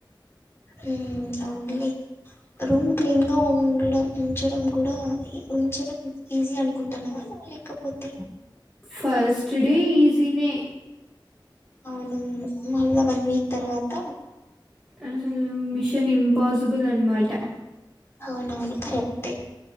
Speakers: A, on the left (about 30°); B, in the centre.
A: మ్మ్ అవ్నులే రూమ్ క్లీన్గా ఉండడం ఉంచడం గూడా ఉంచడం ఈజీ అనుకుంటానేమో కాపోతే
B: ఫస్ట్ డే ఈజీనే
A: అవునవును మళ్ళ వన్ వీక్ తర్వాత
B: అసలు మిషనింపాసిబుల్ అన్మాట
A: అవునవును కరెక్టే